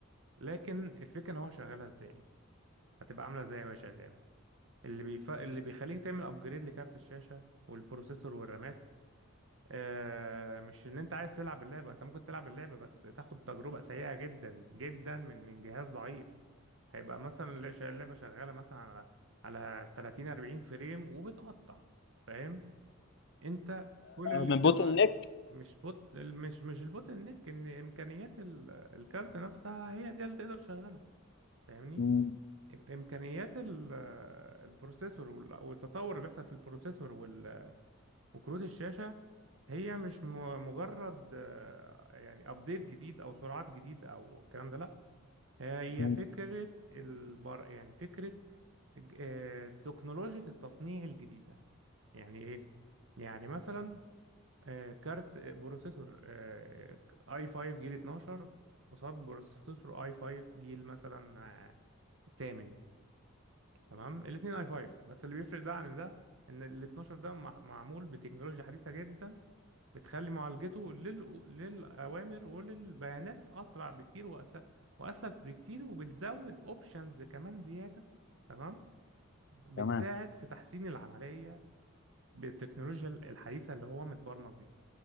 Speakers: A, on the right; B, on the left.
A: لكن الفكرة إن هو شغالها إزاي هتبقى عاملة إزاي وهي شغالة اللي بيف... اللي بيخليك تعمل أبجريد لكارت الشاشة والبروسيسور والرامات آه مش إن أنت عايز تلعب اللعبة أنت ممكن تلعب اللعبة بس تاخد تجربة سيئة جدا جدا من من جهاز ضعيف هيبقى مثلا اللعبة شغالة مثلا على على 30 40 فريم وبتقطع فاهم انت كل اللي
B: من
A: بتبقى
B: بوتل نيك
A: مش بوت مش مش البوتل نيك ان امكانيات ال- الكارت نفسها هي دي اللي تقدر تشغله فاهمني
B: م-
A: امكانيات ال- البروسيسور وال- والتطور اللي بيحصل في البروسيسور وال- وكروت الشاشه هي مش م- مجرد آه، يعني ابديت جديد او سرعات جديد او الكلام ده لا هي
B: م-
A: فكره البر يعني فكره ج- آه، تكنولوجيا التصنيع الجديده يعني ايه يعني مثلا آه كارت آه، بروسيسور آه، اي 5 جيل 12 قصاد بروسيسور اي 5 جيل مثلا آه، تامن تمام الاثنين اي 5 بس اللي بيفرق ده عن ده ان ال 12 ده مع- معمول بتكنولوجيا حديثة جدا بتخلي معالجته للأ- للأوامر وللبيانات أسرع بكتير وأس... وأسلس بكتير وبتزود أوبشنز كمان زيادة تمام بتساعد
B: تمام
A: في تحسين العملية بالتكنولوجيا الحديثة اللي هو متبرمج بيها